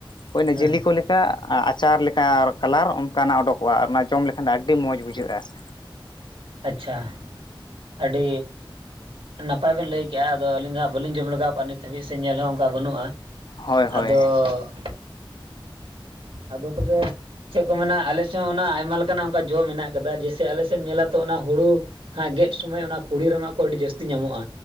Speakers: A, on the left; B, on the right.
A: ᱦᱳᱭ ᱚᱱᱟ
B: ᱦᱮᱸ
A: ᱡᱮᱞᱤ ᱠᱚ ᱞᱮ ᱠᱟ ᱟᱪᱟᱨ ᱞᱮᱠᱟ ᱟᱨ ᱠᱟᱞᱟᱨ ᱚᱱᱠᱟᱱᱟᱜ ᱚᱰᱳᱠᱚᱜᱼᱟ ᱟᱨ ᱚᱱᱟ ᱡᱚᱢ ᱞᱮᱠᱷᱟᱱ ᱫᱚ ᱟᱹᱰᱤ ᱢᱚᱡᱽ ᱵᱩᱡᱷᱟᱹᱜᱼᱟ᱾ <inaudible>
B: ᱟᱪᱪᱷᱟ ᱟᱹᱰᱤ ᱱᱟᱯᱟᱭ ᱵᱮᱱ ᱞᱟᱹᱭ ᱠᱮᱜᱼᱟ ᱟᱫᱚ ᱟᱹᱞᱤᱧ ᱫᱚ ᱦᱟᱜ ᱵᱟᱹᱞᱤᱧ ᱡᱚᱢ ᱞᱮᱟᱜᱟᱣ ᱠᱟᱜ-ᱟ ᱱᱤᱛ ᱦᱟᱹᱵᱤᱡ ᱥᱮ ᱧᱮᱞ ᱦᱚᱸ ᱚᱱᱠᱟ ᱵᱟᱹᱱᱩᱜᱼᱟ᱾
A: ᱦᱳᱭ
B: ᱟᱫᱚ
A: ᱦᱳᱭ
B: ᱟᱫᱚ ᱛᱚᱵᱮ ᱪᱮᱫ ᱠᱚ ᱢᱮᱱᱟ ᱟᱞᱮ ᱥᱮᱫ ᱦᱚᱸ ᱚᱱᱟ ᱟᱭᱢᱟ ᱞᱮᱠᱟᱱᱟᱜ ᱚᱱᱠᱟ ᱡᱚ ᱢᱮᱱᱟᱜ ᱠᱟᱫᱟ ᱡᱮᱥᱮ ᱟᱞᱮ ᱥᱮᱫ ᱮᱢ ᱧᱮᱞᱟ ᱛᱚ ᱚᱱᱟ ᱦᱩᱲᱩ ᱦᱟ ᱜᱮᱫ ᱥᱚᱢᱚᱭ ᱚᱱᱟ ᱠᱩᱲᱤᱨᱟᱢᱟ ᱠᱚ ᱟᱹᱰᱤ ᱡᱟᱹᱥᱛᱤ ᱧᱟᱢᱚᱜᱼᱟ᱾